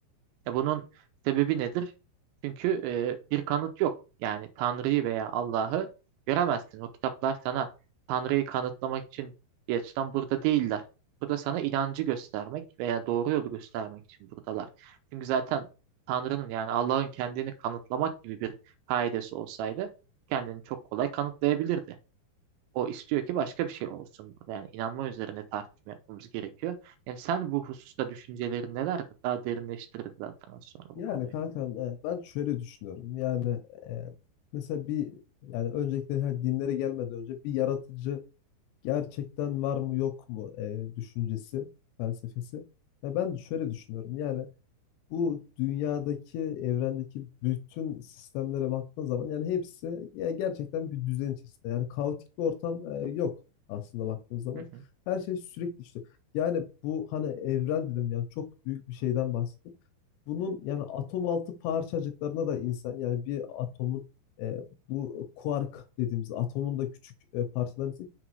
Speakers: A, on the right; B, on the left.
A: E bunun sebebi nedir? Çünkü e, bir kanıt yok. Yani Tanrı'yı veya Allah'ı göremezsin. O kitaplar sana Tanrı'yı kanıtlamak için bir açıdan burada değiller. Burada sana inancı göstermek veya doğru yolu göstermek için buradalar. Çünkü zaten Tanrı'nın yani Allah'ın kendini kanıtlamak gibi bir kaidesi olsaydı kendini çok kolay kanıtlayabilirdi. O istiyor ki başka bir şey olsun. Yani inanma üzerine tartışma yapmamız gerekiyor. Yani sen bu hususta düşüncelerin nelerdir? Daha derinleştiririz zaten az sonra
B: Yani
A: bu konuyu.
B: kankam e, ben şöyle düşünüyorum yani e, mesela bir yani öncelikle hani dinlere gelmeden önce bir yaratıcı gerçekten var mı yok mu e, düşüncesi felsefesi. Ya ben şöyle düşünüyorum yani Bu dünyadaki, evrendeki bütün sistemlere baktığın zaman yani hepsi ya gerçekten bir düzen içerisinde. Yani kaotik bir ortam e, yok aslında baktığımız zaman.
A: Hı hı,
B: Her şey sürekli işte. Yani bu hani evren dedim yani çok büyük bir şeyden bahsettim bunun yani atom altı parçacıklarına da insan yani bir atomun e, bu kuark dediğimiz atomun da küçük e, parçalarını ise